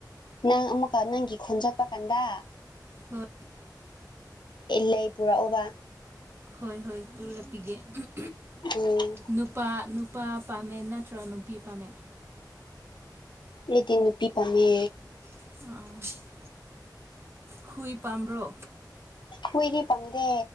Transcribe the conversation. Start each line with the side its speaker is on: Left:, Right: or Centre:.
Left: ꯅꯪ ꯑꯃꯨꯛꯀ ꯅꯪꯒꯤ ꯈꯣꯟ ꯆꯠꯄ ꯀꯥꯟꯗ
Right: ꯍꯣꯏ
Left: ꯂꯩ ꯄꯨꯔꯛ ꯑꯣꯕ
Right: ꯍꯣꯏ ꯍꯣꯏ ꯄꯨꯔꯛꯄꯤꯒꯦ ꯅꯨꯞ
Left: ꯎꯝ
Right: ꯅꯨꯄꯥ ꯅꯨꯄꯥ ꯄꯥꯝꯃꯦ ꯅꯠꯇ꯭ꯔ ꯅꯨꯄꯤ ꯄꯥꯝꯃꯦ
Left: ꯑꯩꯗꯤ ꯅꯨꯄꯤ ꯄꯝꯃꯦ
Right: ꯑ ꯍꯨꯏ ꯄꯥꯝ꯭ꯕꯔꯣ
Left: ꯍꯨꯏꯗꯤ ꯄꯪꯗꯦ